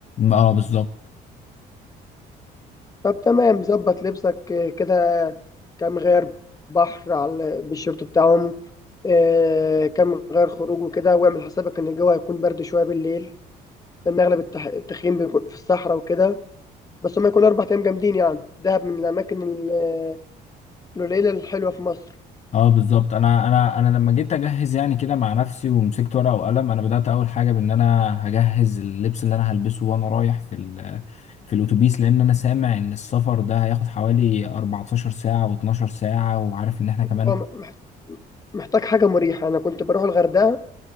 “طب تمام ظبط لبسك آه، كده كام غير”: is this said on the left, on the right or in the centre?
Left